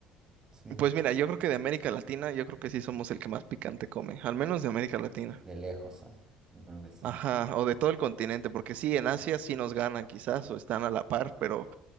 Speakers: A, on the right; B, on the right.
A: Sí,
B: pues mira, yo creo que de América Latina, yo creo que sí somos el que más picante come, al menos de América Latina.
A: de lejos, ¿ah? Yo creo que sí.
B: Ajá, o de todo el continente, porque sí, en Asia sí nos ganan quizás, o están a la par, pero